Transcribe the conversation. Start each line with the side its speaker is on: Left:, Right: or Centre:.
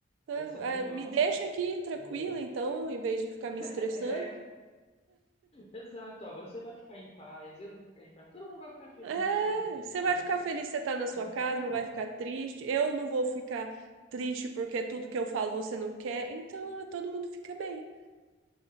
Right: Tá, é,
Left: Vai ser melhor,
Right: Me deixa aqui tranquila,
Left: entendeu?
Right: então, em vez de ficar me estressando.
Left: <laughs> É, Exato, ó, você vai ficar em paz, eu vou ficar em paz, todo mundo vai ficar feliz
Right: É,
Left: no final do dia,
Right: você
Left: tá
Right: vai
Left: vendo?
Right: ficar feliz que você tá na sua
Left: Então,
Right: casa, não vai ficar triste. Eu não vou ficar triste porque tudo que eu falo você não quer. Então, é, todo mundo fica bem.